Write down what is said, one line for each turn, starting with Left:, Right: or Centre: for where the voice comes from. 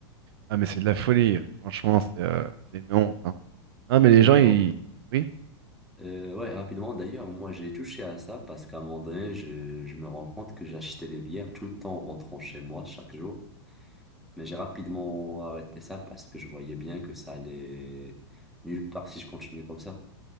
Right: Ah, mais c'est de la folie. Franchement, c'est euh, c'est une honte. hein. Ah, mais les
Centre: D'ailleurs,
Right: gens, ils, oui.
Centre: euh, ouais, rapidement, d'ailleurs, moi, j'ai touché à ça parce qu'à un moment donné, je, je me rends compte que j'achetais les bières tout le temps en rentrant chez moi, chaque jour. Mais j'ai rapidement arrêté ça parce que je voyais bien que ça allait nulle part si je continuais comme ça.